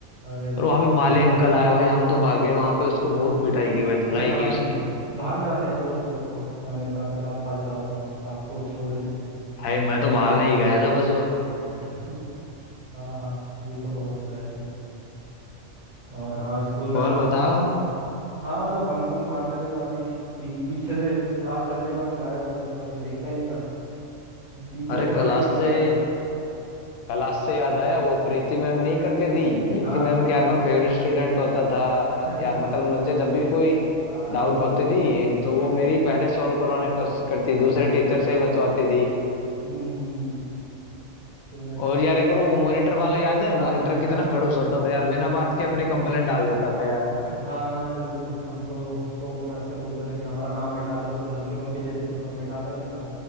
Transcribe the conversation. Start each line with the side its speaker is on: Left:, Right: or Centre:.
Right: अरे
Left: और
Right: वाह
Left: वहां
Right: वाह
Left: पे माली
Right: वाह वाह
Left: अंकल आया भाई हम तो भागे वहां पे उसको
Right: हाँ
Left: बहुत पिटाई
Right: हाँ।
Left: की भाई धुलाई
Right: अरे हाँ
Left: की उसकी
Right: भ- भाग जाते हैं दोस्त लोग तो हमेशा अगर आप फंस जाओ तो आपको छोड़ देते हैं
Left: भाई
Right: सीखने
Left: मैं तो
Right: के
Left: भाग
Right: लिए
Left: ही गया था बस वो
Right: <laughs> हाँ हाँ ये तो बहुत होता है ऐसे और हाँ स्कूल में
Left: और
Right: बंक
Left: बताओ
Right: हाँ मतलब बंक वंक मारते थे काफी बीच पीछे से क्लास चल रही है और हम गायब हो जाते थे कोई देखता ही नहीं था टीचर
Left: अरे
Right: को
Left: क्लास
Right: पता ही नहीं चलता
Left: से
Right: था
Left: क्लास से याद आया वो प्रीति मैम नहीं करके थी प्रीति
Right: हाँ
Left: मैम
Right: हाँ
Left: के यार मैं फेवरेट स्टूडेंट होता था
Right: <laughs> हाँ
Left: यार मतलब मुझे जब भी कोई
Right: हाँ हाँ
Left: डाउट
Right: हाँ
Left: होती थी तो वो मेरी पहले सॉल्व करवाने की कोशिश करती दूसरे
Right: बिल्कुल
Left: टीचर से ही बचवाती थी
Right: हम्म हम्म हम्म, तुम्हें तो
Left: और यार एक और वो मॉनिटर वाला याद है
Right: सब
Left: मॉनिटर कितना
Right: अरे रे
Left: खड़ूस
Right: रे
Left: होता
Right: रे
Left: था यार बिना बात के अपनी कंप्लेंट डाल देता था यार
Right: हाँ हाँ बिल्कुल हम तो उसको प- ऐसे बोलते थे कि हमारा नाम मिटा दे उसको धमकी वमकी देते थे पर मिटाता ही नहीं था